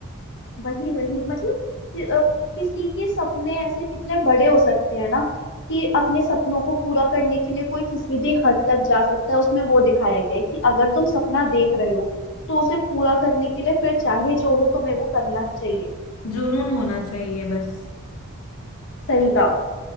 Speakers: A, on the left; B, on the left.
A: वही वही मतलब कि, अ, किसी के सपने ऐसे कितने बड़े हो सकते हैं ना कि अपने सपनों को पूरा करने के लिए कोई किसी भी हद तक जा सकता है उसमें वो दिखाया गया है कि अगर तुम सपना देख रहे हो तो उसे पूरा करने के लिए फिर चाहे जो हो तुम्हें वो करना चाहिए
B: जुनून होना चाहिए बस
A: सही था